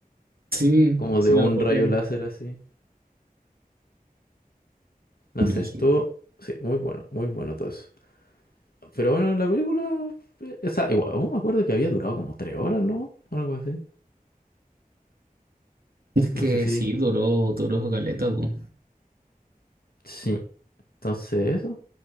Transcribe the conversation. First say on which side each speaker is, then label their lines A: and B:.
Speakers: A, on the right; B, on the left.
A: Sí,
B: como
A: sí
B: de
A: me
B: un
A: acuerdo.
B: rayo láser así. No
A: Brígido.
B: sé, estuvo, sí, muy bueno, muy bueno todo eso. Pero bueno, la película, eh, o sea, igual, aún me acuerdo que había durado como tres horas, ¿no? Algo así.
A: Es que
B: No sé si,
A: sí, duró, duró su caleta, po.
B: sí, entonces eso.